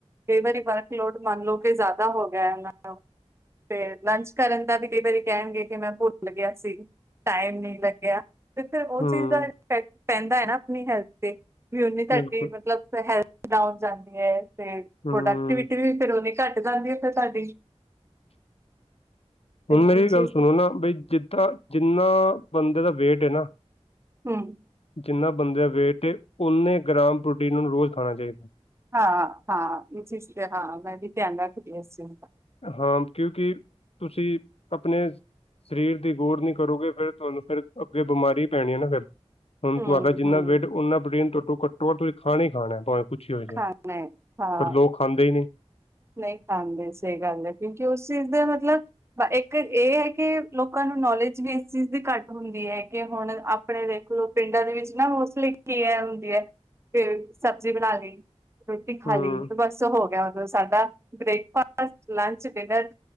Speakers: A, on the right; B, on the left.
A: ਕਈ ਵਾਰੀ ਵਰਕਲੋਡ ਮੰਨ ਲਓ ਕਿ ਜ਼ਿਆਦਾ ਹੋ ਗਿਆ ਹਨਾਂ। ਤੇ ਲੰਚ ਕਰਨ ਦਾ ਵੀ ਕਈ ਵਾਰੀ ਕਹਿਣਗੇ ਕਿ ਮੈਂ ਭੁੱਲ ਗਿਆ ਸੀ। ਟਾਈਮ ਨਹੀਂ ਲੱਗਿਆ ਤੇ ਫਿਰ ਉਹ
B: ਹੂੰ
A: ਚੀਜ਼ ਦਾ ਇਫੈਕਟ ਪੈਂਦਾ ਹੈ ਨਾਂ ਆਪਣੀ ਹੈਲਥ ਤੇ ਵੀ ਉਨੀ ਤੁਹਾਡੀ
B: ਬਿਲਕੁਲ
A: ਮਤਲਬ ਹੈਲਥ ਡਾਊਨ ਜਾਂਦੀ ਹੈ ਤੇ ਪ੍ਰੋਡਕਟੀਵਿਟੀ
B: ਹੂੰ
A: ਵੀ ਫਿਰ ਉਨੀਂ ਘੱਟ ਜਾਂਦੀ ਆ ਫਿਰ ਤੁਹਾਡੀ। ਤੇ
B: ਹੁਣ ਮੇਰੀ
A: ਉਹ ਚੀਜ਼
B: ਗੱਲ ਸੁਣੋ ਨਾਂ ਬਈ ਜਿਸ ਤਰਾਂ ਜਿੰਨਾਂ ਬੰਦੇ ਦਾ ਵੇਟ ਹੈ ਨਾਂ
A: ਹੂੰ
B: ਜਿੰਨਾਂ ਬੰਦੇ ਦਾ ਵੇਟ ਏ ਓਨੇ ਗ੍ਰਾਮ ਪ੍ਰੋਟੀਨ ਉਹਨੂੰ ਰੋਜ਼ ਖਾਣਾ ਚਾਹੀਦਾ।
A: ਹਾਂ-ਹਾਂ ਇਹ ਚੀਜ਼ ਤੇ ਹਾਂ ਮੈਂ ਵੀ ਧਿਆਨ ਰੱਖਦੀ ਹਾਂ ਇਸ ਚੀਜ਼ ਦਾ
B: ਹਾਂ ਕਿਉਂਕਿ <inaudible> ਤੁਸੀਂ <inaudible> ਆਪਨੇ ਸਰੀਰ ਦੀ ਗੋਰ ਨੀਂ ਕਰੋਗੇ ਫਿਰ, ਤੁਹਾਨੂੰ ਫਿਰ ਅੱਗੇ ਬਿਮਾਰੀ ਪੈਣੀ ਏ ਨਾਂ ਫਿਰ। ਹੁਣ
A: ਹੂੰ
B: ਤੁਹਾਡਾ ਜਿੰਨਾ
A: ਹੂੰ
B: ਵੇਟ ਉਨਾ ਪ੍ਰੋਟੀਨ ਘੱਟੋ-ਘੱਟੋ ਤੁਸੀਂ ਖਾਣਾ ਹੀ ਖਾਣਾ ਭਵੇਂ ਕੁਛ ਹੀ ਜਾਏ
A: ਖਾਣਾ ਹੈ ਹਾਂ।
B: ਪਰ ਲੋਕ ਖਾਂਦੇ ਨੀ ਨੇ।
A: ਨਹੀਂ ਖਾਂਦੇ ਸਹੀ ਗੱਲ ਏ, ਕਿਉਂਕਿ ਉਸ ਚੀਜ਼ ਦੇ ਮਤਲਬ ਇੱਕ ਇਹ ਹੈ ਕਿ, ਲੋਕਾਂ ਨੂੰ ਨੌਲੇਜ ਵੀ ਇਸ ਚੀਜ਼ ਦੀ ਘੱਟ ਹੁੰਦੀ ਏ ਕਿ ਹੁਣ ਆਪ ਆਪਣੇ ਦੇਖ ਲਓ ਪਿੰਡਾਂ ਦੇ ਵਿੱਚ ਨਾ ਮੋਸਟਲੀ ਇਕ ਚੀਜ ਏ ਹੁੰਦੀ ਏ, ਕੇ ਸਬਜ਼ੀ ਬਣਾ ਲਈ। ਰੋਟੀ ਖਾ
B: ਹੂੰ
A: ਲਈ ਬਸ ਹੋ ਗਿਆ। ਮਤਲਬ ਸਾਡਾ ਬ੍ਰੇਕਫਾਸਟ, ਲੰਚ, ਡਿਨਰ,